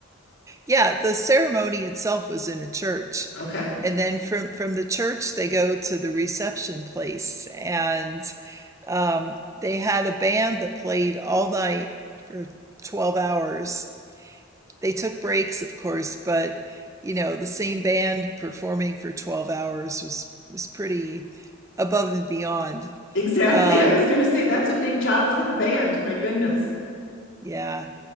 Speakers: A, on the right; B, on the left.
A: Yeah, the ceremony itself was in a church.
B: Okay.
A: And then from from the church they go to the reception place and um they had a band that played all night for 12 hours. They took breaks, of course, but you know, the same band performing for 12 hours was was pretty above and beyond.
B: Exactly.
A: Um
B: I was gonna say that's a big job for the band. My goodness.
A: yeah,